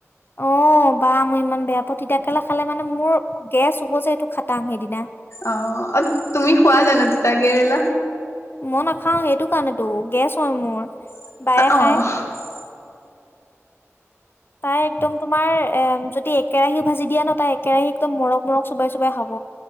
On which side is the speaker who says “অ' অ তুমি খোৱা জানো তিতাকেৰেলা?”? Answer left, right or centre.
Left